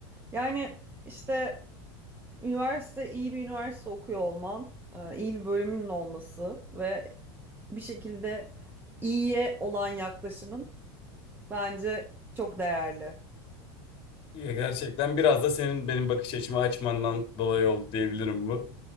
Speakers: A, on the right (about 15°); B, on the left (about 40°).
A: Yani işte üniversite iyi bir üniversite okuyor olman, e, iyi bir bölümünün olması ve bir şekilde iyiye olan yaklaşımın bence çok değerli.
B: Ya gerçekten biraz da senin benim bakış açımı açmandan dolayı oldu diyebilirim bu.